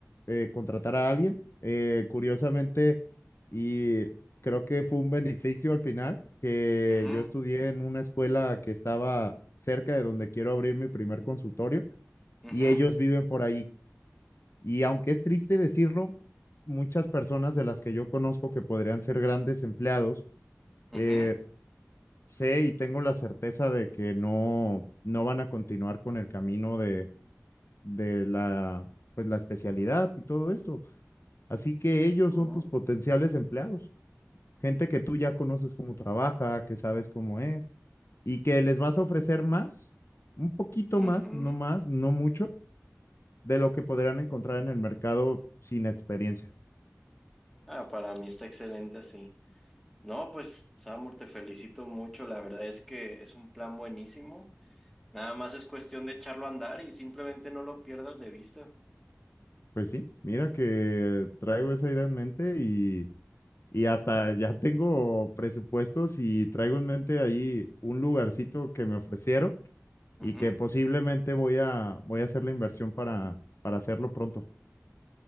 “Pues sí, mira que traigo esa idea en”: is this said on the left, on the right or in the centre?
Left